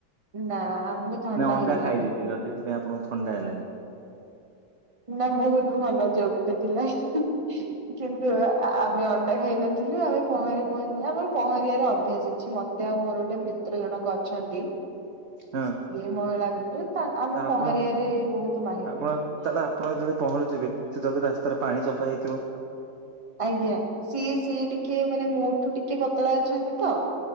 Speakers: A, on the right; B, on the right.
A: ନା ଆମକୁ ଥଣ୍ଡା
B: ନା ଅଣ୍ଡା
A: ହେଲାନି।
B: ଖାଇ ଦେଇଥିଲ ସେଥିପାଇଁ ଆପଣଙ୍କୁ ଥଣ୍ଡା ହେଲାନି।
A: ନା ବୋହୁତ ଭଲ ଜୋକ୍ ଟେ ଥିଲା ହି କିନ୍ତୁ ଆମେ ଅଣ୍ଡା ଖାଇନଥିଲୁ ଆମେ ପହଁରି ପହଁରି ଆମର ପହଁରିବାର ଅଭ୍ୟାସ ଅଛି, ମତେ ଆଉ ମୋର ଗୋଟେ ମି ତ୍ର ଜଣକ ଅଛନ୍ତି
B: ହଁ
A: ସିଏ ମହିଳା ମିିତ, ତା ଆମେ
B: ତ ଆପଣ
A: ପହଁରି ବାରେ ବୋହୁତ ମାହିରି।
B: ଆପଣ ତାହେଲେ ଆପଣ ଯେତେ ପହଁରୁଥିବେ, ସେତେଳେ ତ ରାସ୍ତାରେ ପାଣି ସଫା ହେଇଥିବ?
A: ଆଜ୍ଞା, ସିଏ ସିଏ ଟିକେ ମାନେ ମୋ ଠୁ ଟିକେ ପତଳା ଅଛନ୍ତି ତ